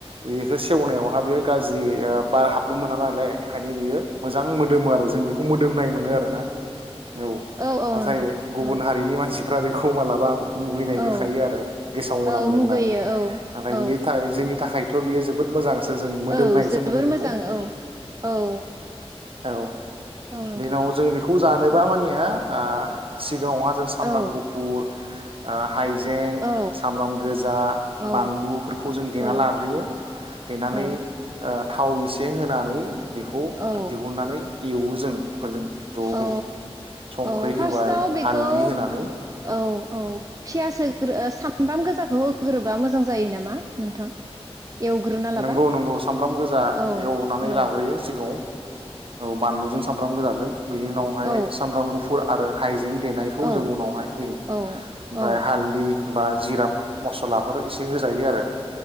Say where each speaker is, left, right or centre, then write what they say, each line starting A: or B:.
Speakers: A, on the right; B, on the right.
A: बेखो सेवनायावहा बेयो गाज्रि ओ बार हाबनो मोनाबा बेखायनो बियो मोजां मोदोमो आरो जों बेखौ मोदोमनाय मो मोनो आरोना। औ
B: औ
A: नाथाय
B: नोंथां
A: गुबुन
B: औ
A: हारिनि मानसि <unintelligible> बेखौ मालाबा मुगैनाय देखायो
B: औ
A: आरो गेसाव मोनामदों
B: औ मुगैयो
A: होननानै नाथाय
B: औ
A: बिनि थाखाय जोंनि थाखायथ खिन्थु बेयो जोबो मोजांसो जों मोदोमनायसो
B: औ जोबोर
A: मोनो बेखौ
B: मोजां औ। औ
A: औ
B: नोंथां
A: बेनाव जों बेखौ जानोबा
B: औ
A: मानिया आह <unintelligible> सिगाङावहा जों सामब्राम
B: औ
A: गुफुर आ हाय हाइजें
B: औ
A: सामब्राम गोजा
B: औ
A: बानलुफोरखौ जों देना
B: औ
A: लाग्रोयो देनानै
B: औ
A: थाव एसे होना नै बेखौ
B: औ
A: दिहुननानै एवो जों बेफोरजों जहै
B: औ
A: संख्रि
B: औ फार्स्टआव
A: होबाय
B: बेखौ
A: हालदि होनानै
B: औ औ पियास होग्रो सामब्राम गोजाखौ होग्रोबा मोजां जायो नामा नोंथां। एवग्रोना लाबा
A: नंगौ नंगौ सामब्राम गोजा
B: औ
A: एवनानै
B: औ
A: लाग्रोयो सिगाङाव औ बानलुजों सामब्राम गोजाजों बिनि उनावहाय
B: औ
A: सामब्राम गुफुर- आरो हाइ देनायखौ
B: औ
A: जों उनावहाय होयो
B: औ
A: ओमफ्राय
B: औ
A: हालदि बा जिराब मसलाफोर इसे होजायो आरो